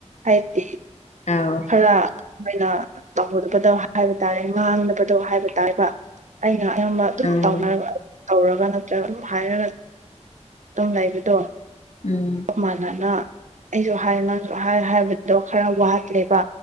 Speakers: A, on the right; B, on the left.
A: ꯍꯥꯏꯗꯤ
B: ꯑꯧ
A: ꯈꯔ ꯑꯩꯅ ꯇꯧꯍꯟꯕꯗꯣ ꯍꯥꯏꯕ ꯇꯥꯔꯦ ꯉꯥꯡꯅꯕꯗꯣ ꯍꯥꯏꯕ ꯇꯥꯥꯏꯕ ꯑꯩꯅ ꯑꯌꯥꯝꯕ ꯑꯗꯨꯝ
B: ꯎꯝ
A: ꯇꯧꯅꯔꯕ ꯇꯧꯔꯒ ꯅꯠꯇ꯭ꯔꯒ ꯑꯗꯨꯝ ꯍꯥꯏꯔꯒ ꯑꯗꯨꯝ ꯂꯩꯕꯗꯣ
B: ꯎꯝ <unintelligible>
A: ꯗꯨꯝ ꯃꯥꯟꯅꯅ ꯑꯩꯁꯨ ꯍꯥꯏ ꯅꯪ ꯍꯥꯏ ꯍꯥꯏꯕꯗꯣ ꯈꯔ ꯋꯥꯠꯂꯦꯕ